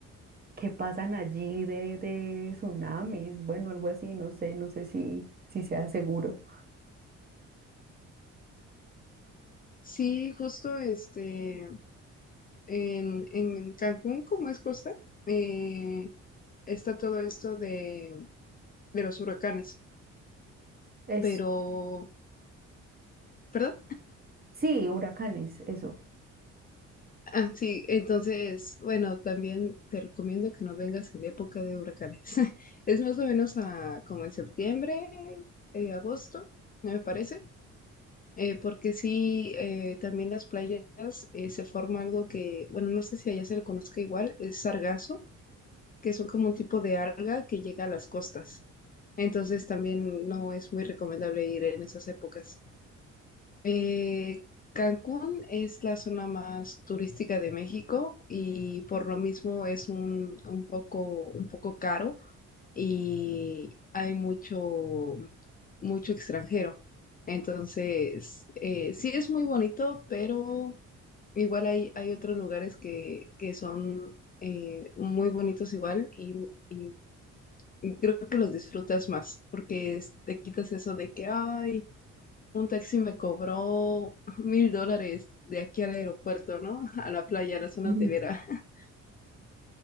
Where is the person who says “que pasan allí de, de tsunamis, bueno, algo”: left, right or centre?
Right